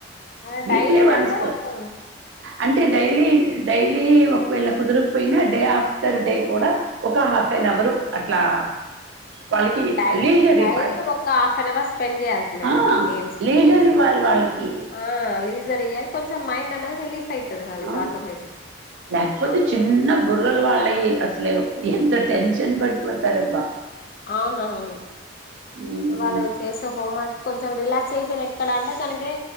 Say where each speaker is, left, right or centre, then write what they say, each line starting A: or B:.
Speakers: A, on the left; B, on the right.
A: అలా
B: వీక్లీ
A: డైలీ
B: వన్స్
A: పెడితే వాళ్ళకి
B: అంటే డైలీ.
A: మంచిగా
B: డైలీ ఒకవేళ కుదరకపోయినా డే ఆఫ్టర్ డే కూడా. ఒక హాఫ్ అన్ అవరు అట్లా. వాళ్ళకి
A: డై
B: లీజర్
A: డైలీ
B: ఇవ్వాలి
A: ఒక హాఫ్ అన్ అవర్ స్పెండ్ చేయలీ మేడం
B: ఆ,
A: గేమ్స్
B: లీజర్
A: కి.
B: ఇవ్వాలి వాళ్ళకి
A: ఆ లీజరియ్యలే కొంచెం మైండ్ అన్నది రిలీఫ్ అయితది.
B: ఆ,
A: ఆటోమటిగ
B: లేకపోతే
A: అబ్బ.
B: చిన్న బుర్రలు వాళ్ళకి అసలే ఎంత టెన్షన్ పడిపోతార అబ్బా.
A: అవునవును.
B: మ్మ్.
A: వాళ్ళు చేసే హోమ్వర్క్ కొంచెం రిలాక్సేషన్ ఎక్కడ అంటే తనకి